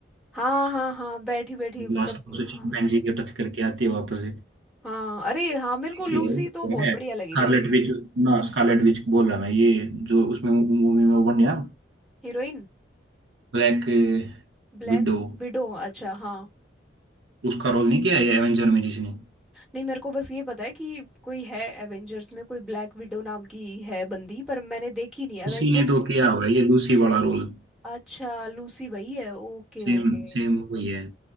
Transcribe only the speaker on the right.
लास्ट में उसे
चिंपैंजी के टच करके आती है वापस
ये
है ना
स्कारलेट
विच ना स्कारलेट विच बोल रहा मैं ये जो उसमें मूवी में वो बन गया
ब्लैक
विडो
उसका रोल नहीं किया है एवेंजर में जिसने
उसी ने तो किया हुआ है ये लूसी वाला रोल
सेम
सेम वही है